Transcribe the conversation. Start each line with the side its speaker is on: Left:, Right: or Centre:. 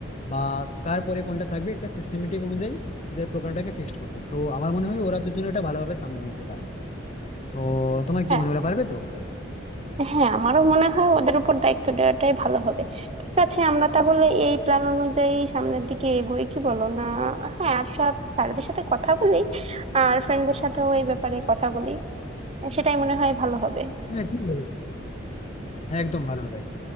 Left: বা কার পরে কোনটা থাকবে একটা সিস্টেমেটিক অনুযায়ী ওদের প্রোগ্রামটাকে ফিক্সড করতে তো আমার মনে হয় ওরা দুজনে এটা ভালোভাবে সামনে নিতে পারবে তো তোমার কি
Right: হ্যাঁ
Left: মনে হয় ওরা পারবে তো
Right: হ্যাঁ আমারও মনে হয় ওদের উপর দায়িত্ব দেওয়াটাই ভালো হবে ঠিক আছে আমরা তাহলে এই প্ল্যান অনুযায়ী সামনের দিকে এগোই কি বলো না হ্যাঁ আর সব স্যারদের সাথে কথা বলি আর ফ্রেন্ডদের সাথেও এই ব্যাপারে কথা বলি সেটাই মনে হয় ভালো হবে
Left: হ্যাঁ ঠিক বলেছো। হ্যাঁ একদম ভালো হবে এটা।